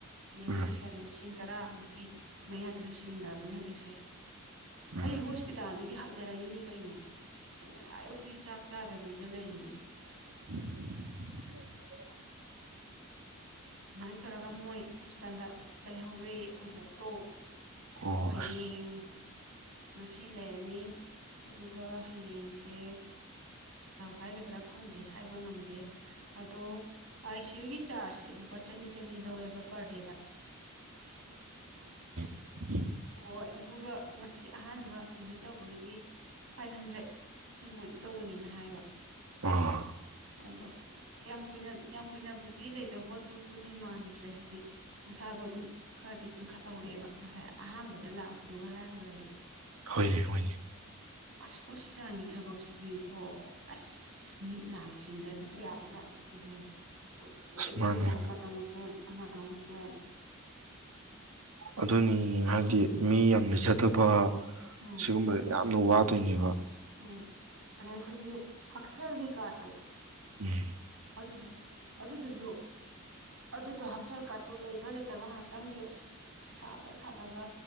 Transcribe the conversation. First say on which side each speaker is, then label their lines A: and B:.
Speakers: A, on the right (about 65°); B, on the right (about 80°).
A: ꯌꯦꯡꯉ
B: ꯎꯝ
A: ꯄꯩꯁꯥ ꯂꯤꯁꯤꯡ ꯇꯔꯥꯃꯨꯛꯀꯤ ꯃꯌꯥꯗ ꯂꯣꯏꯁꯤꯟꯈ꯭ꯔꯕꯅꯦ ꯍꯧꯖꯤꯛꯁꯦ
B: ꯎꯝ
A: ꯑꯩ ꯍꯣꯁꯄꯤꯇꯥꯜꯗꯒꯤ ꯍꯥꯏꯦ ꯍꯊꯔꯛꯏꯅꯤ ꯀꯩꯅꯣ ꯑꯩ ꯉꯁꯥꯏꯐꯥꯎꯛꯇꯤ ꯆꯥꯛ ꯆꯥꯗꯕꯤꯗ ꯂꯩꯔꯤꯅꯦ
B: <inaudible>
A: ꯥꯏ ꯇꯧꯔꯒ ꯃꯣꯏ ꯍꯣꯁꯄꯤꯇꯥꯜꯗ ꯂꯩꯍꯧꯔꯦ ꯑꯩꯈꯣꯏ ꯕꯣꯛꯇꯧ
B: ꯑꯣ
A: ꯍꯌꯦꯡ
B: ꯑꯁ
A: ꯉꯁꯤ ꯂꯩꯔꯅꯤ ꯑꯗꯨꯒ ꯍꯌꯦꯡꯁꯦ ꯍꯥꯏꯒꯗ꯭ꯔꯥ ꯈꯪꯗꯦ ꯍꯥꯏꯕ ꯉꯝꯗꯦ ꯑꯗꯣ ꯑꯥꯏ ꯁꯤꯌꯨꯒꯤ ꯆꯥꯔꯖꯁꯦ ꯄꯄꯥ ꯆꯅꯤ ꯆꯅꯤ ꯂꯧꯋꯦꯕ ꯄꯔ ꯗꯦꯗ
B: ꯎ
A: ꯍꯣꯏ ꯑꯗꯨꯒ ꯉꯁꯤ ꯑꯍꯥꯟꯕ ꯑꯦꯗꯃꯤꯠ ꯇꯧꯕꯒꯤꯗꯤ ꯐꯥꯏꯚ ꯍꯟꯗ꯭ꯔꯦꯠ ꯁꯤ ꯃꯣꯏ ꯂꯧꯒꯅꯦꯅ ꯍꯥꯏꯕ ꯑ
B: ꯑꯥ
A: ꯑꯗꯣ ꯌꯥꯝ ꯀꯨꯏꯅ ꯌꯥꯝ ꯀꯨꯏꯅꯕꯨꯗꯤ ꯂꯩꯇꯕꯗꯨꯕꯨꯗꯤ ꯃꯥꯟꯗ꯭ꯔꯦ ꯍꯥꯏꯗꯤ ꯃꯁꯥꯗꯣ ꯑꯗꯨꯝ ꯈꯔꯗꯤ ꯀꯟꯈꯠꯍꯧꯔꯦꯕ ꯑ ꯑꯍꯥꯟꯕꯗ ꯂꯥꯛꯄꯗꯨꯒ ꯍꯥꯏꯔꯨꯔꯗꯤ
B: ꯍꯣꯏꯅꯦ ꯍꯣꯏꯅꯦ
A: ꯑꯁ ꯍꯣꯁꯄꯤꯇꯥꯜꯒꯤ ꯊꯕꯛꯁꯤꯗꯤ ꯀꯣ ꯑꯁ ꯃꯤꯠ ꯅꯥꯒ ꯁꯦꯡꯗ꯭ꯔꯗꯤ ꯌꯥꯕꯖꯥꯠ ꯅꯠꯇꯦꯍꯦ ꯀꯣꯏꯆꯦꯜ
B: ꯑꯁ ꯃꯥꯅꯦ
A: ꯆꯦꯜꯂ ꯑꯃꯗ ꯑꯃꯨꯛ ꯆꯦꯜ ꯑꯃꯗꯝ ꯆꯦꯟ
B: ꯑꯗꯨꯅꯤ ꯍꯥꯏꯕꯗꯤ ꯃꯤ ꯌꯥꯝ ꯂꯩꯖꯗꯕ
A: ꯎꯝ
B: ꯁꯤꯒꯨꯝꯕꯗ ꯌꯥꯝꯅ ꯋꯥꯕ ꯑꯗꯨꯅꯦꯕ
A: ꯎꯝ ꯑꯗꯩ ꯑꯩꯈꯣꯏꯒꯤ ꯍꯛꯁꯦꯜꯒꯤ ꯀꯥꯔꯠꯇꯣ
B: ꯎꯝ
A: ꯑꯗꯨꯗꯣ ꯑꯗꯨꯗꯨꯁꯨ ꯑꯗꯨꯗꯣ ꯍꯛꯁꯦꯜ ꯀꯥꯠꯇꯣ ꯂꯩꯕ꯭ꯔꯥ ꯂꯩꯇꯕ꯭ꯔꯥ ꯉꯍꯥꯛꯇꯪꯁꯦ ꯑꯁ ꯁꯥꯕ꯭ꯔꯥ ꯁꯥꯗꯕ꯭ꯔꯥ